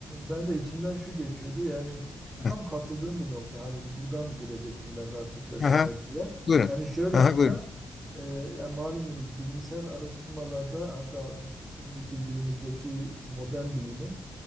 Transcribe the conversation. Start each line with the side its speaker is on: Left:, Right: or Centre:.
Right: ben de içimden şu geçiyordu yani tam
Left: Hı.
Right: katıldığım bir nokta hani buradan girecektim ben de açıkçası
Left: Aha,
Right: mevzuya.
Left: buyurun.
Right: Yani şöyle
Left: Aha,
Right: hatta
Left: buyurun.
Right: e, yani malumunuz bilimsel araştırmalarda hatta şimdiki günümüzdeki modern bilimin